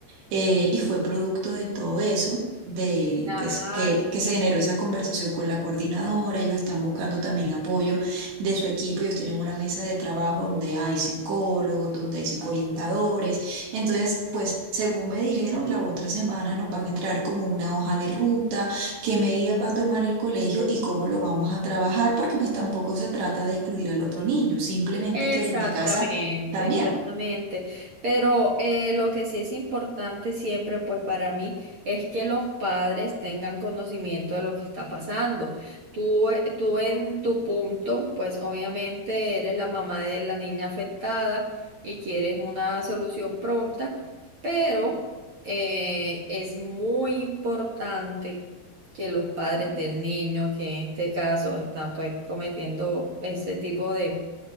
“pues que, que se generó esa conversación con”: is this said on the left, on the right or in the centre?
Right